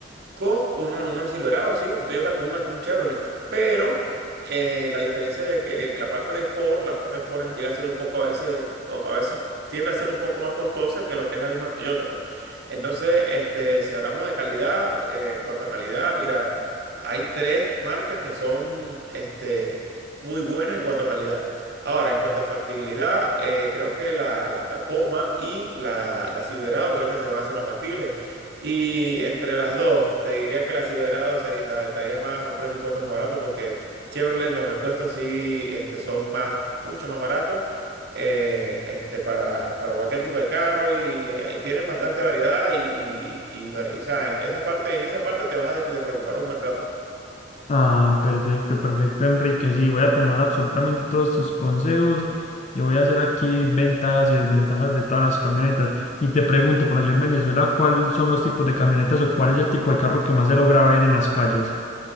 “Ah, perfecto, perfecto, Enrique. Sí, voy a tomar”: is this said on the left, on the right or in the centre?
Left